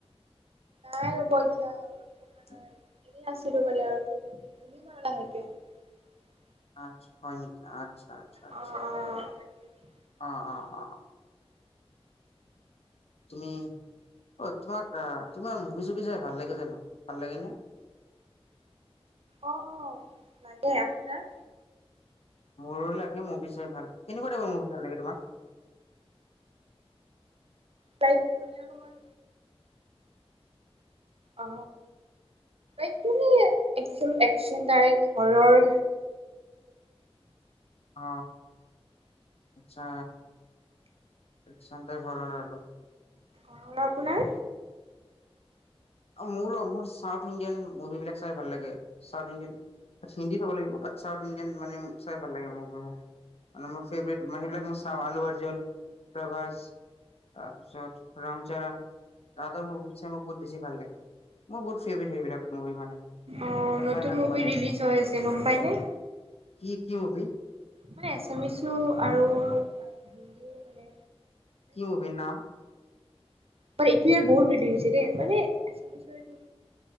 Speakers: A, on the right; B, on the left.
A: নাই ৰ'ব এতিয়া।
B: <unintelligible>
A: পঢ়া নাই। এনেই আৰু <unintelligible>
B: আৰ্টছ হয় নেকি? আচ্ছা। আচ্ছা। আচ্ছা।
A: অ' অ' তাকেইতো।
B: অ'-
A: বাকী
B: অ'- অ' তুমি অ তোমাক তোমাৰ মুভি চুভি চাই ভাল লাগে জানো? ভাল লাগে নে?
A: অ অ নাই দেয়ক আপোনাৰ?
B: মোৰো লাগে মুভি ভাল কেনেকুৱা টাইপৰ মুভি ভাল লাগে তোমাৰ?
A: তাইক মানে অলপমান অ একতিঙ একচন তাইপ হঁৰৰ
B: অ আচ্ছা একচন তাপ হঁৰৰ আৰু।
A: অ আৰু আপোনাৰ?
B: মোৰো মোৰ চাউথ ইণ্ডিয়ান মুভিবিলাক চাই ভাল লাগে চাউথ ইণ্ডিয়ান হিন্দীত হ'ব লাগিব ব চাউথ ইণ্ডিয়ান মানে চাই ভাল লাগেভি মোৰ মানে মোৰ ফেভৰেট মানে সেইবিলাক মই চা আলু অৰ্জুন প্ৰভাস তাৰ পিছত ৰামচৰণ তাহাতৰ মোভি চাই মোৰ বহুত বেছি ভাল লাগে। <unintelligible> বহুত ফেভৰেট সেইবিলাক মুভি মানে
A: অ
B: মই
A: নতুন
B: চাই থাকো
A: মুভি
B: মানে
A: ৰিলিজ হৈ আছে গম পাইনে?
B: কি কি মুভি?
A: মানে এছামিছো আৰু হিন্দীও মানে
B: কি মুভিৰ নাম?
A: মানে এইটো ই বহুত বলিছে দেই মানে এছামিছৰ এইটো